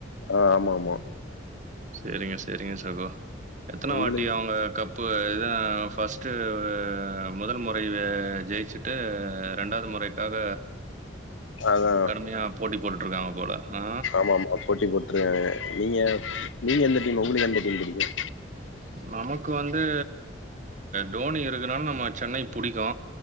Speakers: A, on the left; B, on the right.
A: ஆ ஆமா ஆமா
B: செரிங்க செரிங்க சகோ எத்தன
A: உங்களுக்கு
B: வாட்டி அவங்க கப்பு இதா ஃபர்ஸ்ட்டு ஆ முதல் முறை ஜெயிச்சுட்டு ரெண்டாவது முறைக்காக
A: அதா
B: கடுமையா போட்டி போட்டுட்ருக்காங்க போல ஆ
A: ஆமா ஆமா போட்டி போட்ருக்காங்க நீங்க நீங்க எந்த டீம் உங்களுக்கு எந்த டீம் பிடிக்கு
B: நமக்கு வந்து டோனி இருக்குனால நம்ம சென்னை புடிக்கு